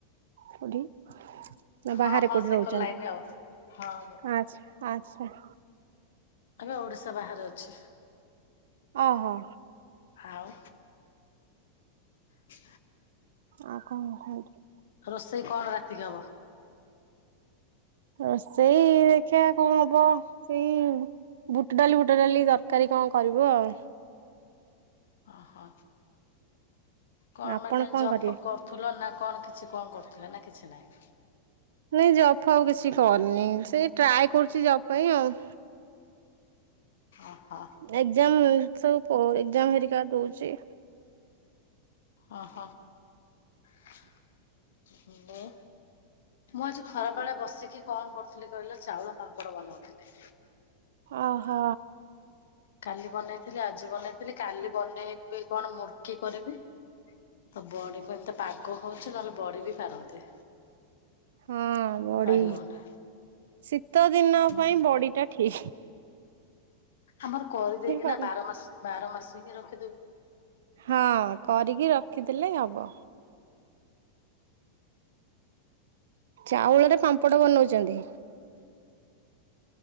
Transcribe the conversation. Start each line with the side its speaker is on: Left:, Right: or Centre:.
Right: କଉଠି? ନା
Left: ହଁ
Right: ବାହାରେ
Left: ହଁ
Right: କୋଉଠି
Left: ସେକର
Right: ରହୁଚନ୍ତି
Left: ଲାଇନ ଆଉ। ହଁ ମୁଁ
Right: ଆଛା ଆଚଛା।
Left: ଆମେ ଓଡିଶା ବାହାରେ ଅଛି।
Right: ଓହୋ।
Left: ଆଉ? ହ
Right: ଆଉ କଣ କୁହନ୍ତୁ।
Left: ରୋଷେଇ କଣ ରାତିକି ହବ?
Right: ରୋଷେଇ ଦେଖିବା କଣ ହବ। ସେଇ ବୁଟ ଡାଲି ବୁଟ ଡାଲି ତରକାରୀ କଣ କରିବୁ ଆଉ?
Left: ଓହୋ କଣ
Right: ଆପଣ
Left: ମାନେ ଜ
Right: କରିବେ
Left: <unintelligible> ତୁଲ ନା କଣ କିଛି କଣ କରୁଥିଲେ ନା କିଛି ନାହିଁ?
Right: ନାଇଁ ଜବ୍ ଫବ୍ କିଛି କରିନି, ସେଇ ଟ୍ରାଏ କରୁଛି ଜବ୍ ପାଇଁ ଆଉ।
Left: ଓହୋ।
Right: ଏକ୍ଜାମ ସବୁ ପ ଏକ୍ଜାମ୍ ହେରିକା ଦଉଚି।
Left: ଓହୋ ହାଲୋ। ମୁଁ ଆଜି ଖରାବେଳେ ବସିକି କଣ କରୁଥିଲି କହିଲ ଚାଉଳ ପାମ୍ପଡ ବନଉଥିଲି।
Right: ଓହୋ।
Left: କାଲି ବନେଇଥିଲି ଆଜି ବନେଇଥିଲି କାଲି ବନେଇବି କଣ ମୂର୍କି କରିବି। ତ ବଡ଼ି କୁ ଏମିତି ପାଗ ହଉଚି ନହେଲେ ବଢି ବି ପାରନ୍ତି।
Right: ହଁ ବଡି
Left: ପାରିବନି।
Right: ଶୀତ ଦିନ
Left: ହୁଁ
Right: ପାଇଁ ବଡି ଟା ଠିକ୍।
Left: ଆମର କରିଦେଇକି
Right: ପାରନ୍ତି
Left: ନା ବାର ମାସ ବାର ମାସ ହିଁ ରଖିଦଉ।
Right: ହଁ କରିକି ରଖିଦେଲେ ହବ। ଚାଉଳରେ ପାମ୍ପଡ଼ ବନଉଚନ୍ତି?